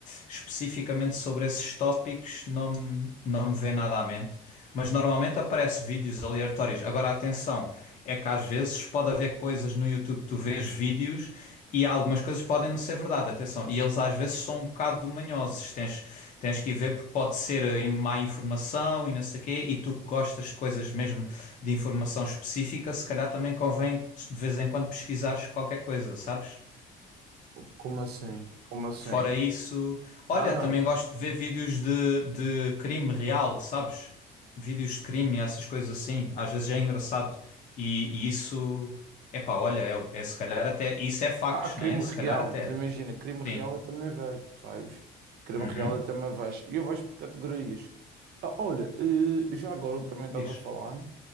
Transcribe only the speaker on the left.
especificamente sobre esses tópicos, não, me- não me vem nada à mente. Mas normalmente aparece vídeos aleatórios. Agora, atenção, é que às vezes pode haver coisas no YouTube que tu vês vídeos e algumas coisas podem não ser verdade, atenção. E eles às vezes são um bocado manhosos. Tens, tens que ir ver porque pode ser eh, má informação e não sei o quê. E tu que gostas de coisas mesmo de informação específica, se calhar também convém de vez em quando pesquisares qualquer coisa, sabes?
Fora isso, olha,
também gosto de ver vídeos de, de crime real, sabes? Vídeos de crime, essas coisas assim. Às vezes é engraçado. E, e isso, epá, olha, é, é se calhar até. Isso é factos,
né? Se
calhar até.
Sim.
Uhum.
Diz.